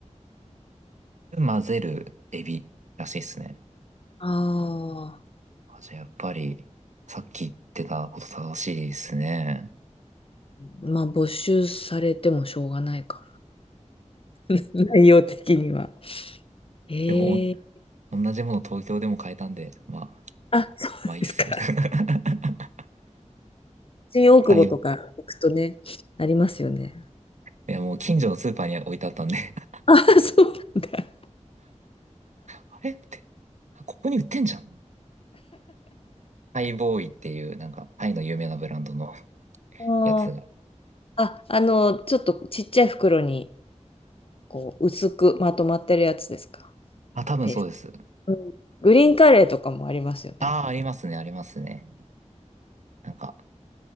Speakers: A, on the right; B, on the left.
A: 混ぜるエビらしいですね。
B: ああ。
A: あ、じゃあやっぱり、さっき言ってたこと正しいですね。
B: まあ、没収されてもしょうがないか。<laughs> 内容的には。へえ。
A: でも、お同じもの東京でも買えたんで、まあ、
B: あ、<laughs> そうですか。
A: まあいいっす。<laughs>
B: 新大久保とか行くとね、
A: はい。い
B: ありますよね。
A: や、もう近所のスーパーに置いてあったんで <laughs>
B: あ、そうなんだ。
A: あれって、ここに売ってんじゃん。ハイボーイっていう、なんか、タイの有名なブランドの
B: あー
A: やつが。
B: あ、あの、ちょっとちっちゃい袋に、こう、薄くまとまってるやつですか。
A: あ、多分そうです。
B: ペースト。うんグリーンカレーとかもありますよね。
A: ああ、ありますね、ありますね。なんか、